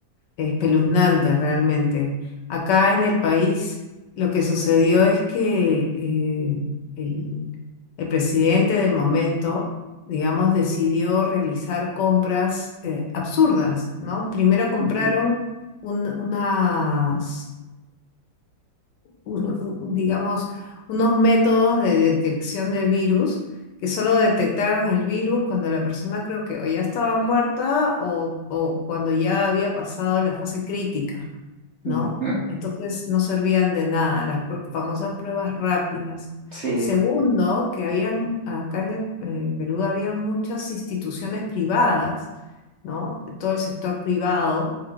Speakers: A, on the left; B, on the right.
A: espeluznante realmente. Acá en el país lo que sucedió es que eh, el, el presidente del momento, digamos, decidió realizar compras eh, absurdas, ¿no? Primero compraron
B: ujú,
A: un- unas un- un- digamos, unos métodos de detección de virus que solo detectaron el virus cuando la persona creo que o ya estaba muerta o, o cuando ya había pasado la fase crítica, ¿no?
B: ujú,
A: Entonces no servían de nada las pr- famosas pruebas rápidas.
B: sí.
A: Segundo, que habían, acá en el, eh, Perú había muchas instituciones privadas, ¿no? Todo el sector privado